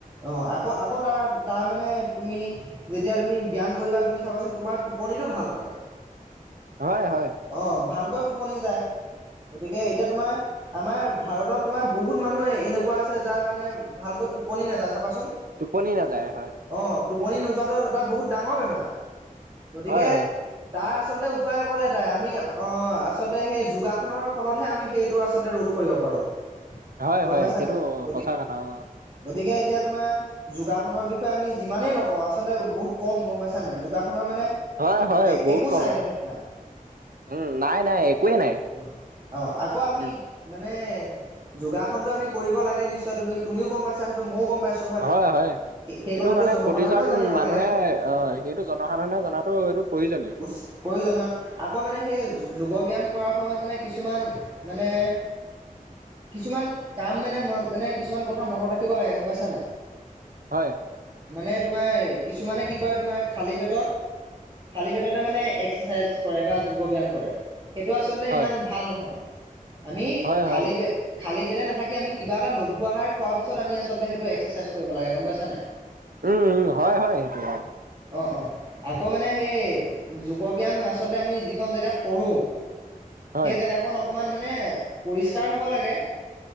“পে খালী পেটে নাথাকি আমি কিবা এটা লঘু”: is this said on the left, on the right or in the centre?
Right